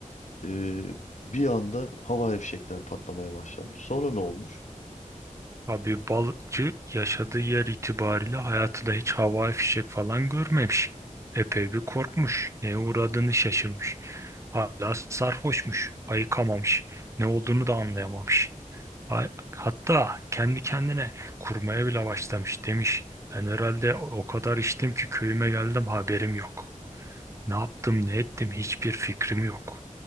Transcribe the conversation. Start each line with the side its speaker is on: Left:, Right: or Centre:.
Left: Ee, bir anda hava fişekler patlamaya başlamış. Sonra ne olmuş?
Right: Abi balıkçı yaşadığı yer itibariyle hayatında hiç havai fişek falan görmemiş. Epey bir korkmuş. Neye uğradığını şaşırmış. Hala sarhoşmuş. Ayıkamamış. Ne olduğunu da anlayamamış. Ha- Hatta kendi kendine kurmaya bile başlamış. Demiş ben herhalde o o kadar içtim ki köyüme geldim haberim yok. Ne yaptım ne ettim hiçbir fikrim yok.